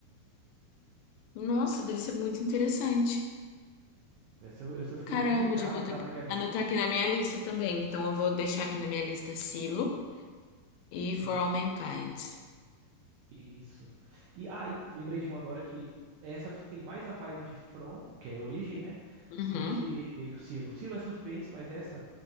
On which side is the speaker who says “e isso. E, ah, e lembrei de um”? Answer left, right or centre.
Right